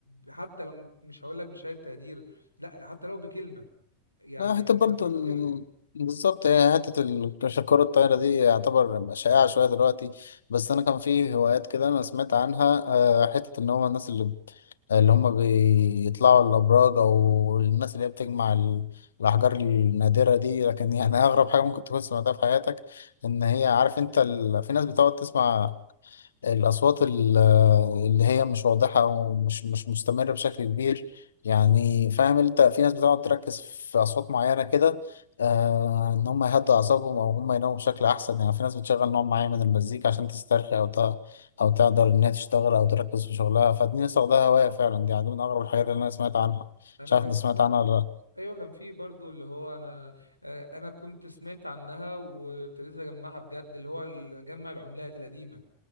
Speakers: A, on the left; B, on the left.
A: وحتى لو مش هقول لك بشهاده تقدير لا حتى لو بكلمه يعني
B: لا حتى برضه
A: حتى لو
B: ال-
A: بكلمه
B: بالظبط هي حتة ال- الكرة الطايرة دي يعتبر شائعة شوية دلوقتي بس أنا كان في هوايات كده أنا سمعت عنها آه، حتة إن هما الناس اللي اللي هما بيطلعوا الأبراج أو الناس اللي هي بتجمع ال- الأحجار النادرة دي لكن يعني أغرب حاجة ممكن تكون سمعتها في حياتك إن هي عارف أنت ال... في ناس بتقعد تسمع الأصوات ال- اللي هي مش واضحة ومش مش مستمرة بشكل كبير يعني فاهم أنت في ناس بتقعد تركز في أصوات معينة كده آه إن هم يهدوا أعصابهم أو هم يناموا بشكل أحسن يعني في ناس بتشغل نوع معين من المزيكا عشان تسترخي أو ت- أو تقدر إنها تشتغل أو تركز في شغلها فدي ناس واخداها هواية فعلا دي يعني من أغرب الحاجات اللي أنا سمعت عنها
A: انا
B: مش عارف
A: كان
B: أنت
A: في
B: سمعت
A: برضه
B: عنها ولا لأ
A: ايوه كان في برضو اللي هو انا آه، انا كنت سمعت عنها وابتديت اجمعها بجد اللي هو ال- جمع العملات القديمه